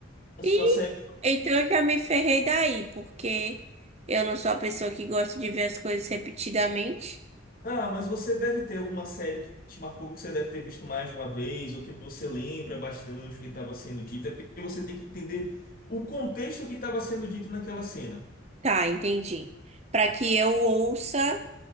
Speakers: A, on the left (about 45°); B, on the right (about 30°).
A: A sua
B: E
A: série
B: então eu já me ferrei daí, porque eu não sou a pessoa que gosta de ver as coisas repetidamente.
A: Ah, mas você deve ter alguma série que te marcou, que você deve ter visto mais de uma vez, ou que você lembra bastante o que estava sendo dito, é porque você tem que entender o contexto que estava sendo dito naquela cena.
B: Tá, entendi. Para que eu ouça